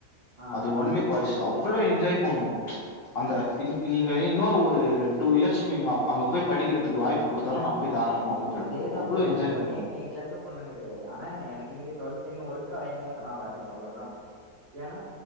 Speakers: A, on the right (about 50°); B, on the left (about 85°).
A: ஆ
B: அது
A: ஆ
B: ஒன்லி பாய்ஸ்ஸு அவ்ளோ என்ஜாய் பண்ணுவோ அந்த இன் நீங்க இன்னொரு ஒரு டூ இயர்ஸ் போய் ங்க அங்க போய் படிக்கிறதுக்கு வாய்ப்பு குடுத் தாலு நா போய் தாராளமா போய் படிப்பே
A: அதேதா
B: அவ்ளோ
A: ப்ரோ
B: என்ஜாய்
A: எனக்கு வந்து
B: பண்ணுவோ
A: எங்க க்ளஸ்ல பொண்ணுங்க கெடையாது ஆனா எனக்கு நீங்க டுவெல்த் இன்ன ஒர்காகுவீங்க நா வரே அவ்வளோதா ஏனா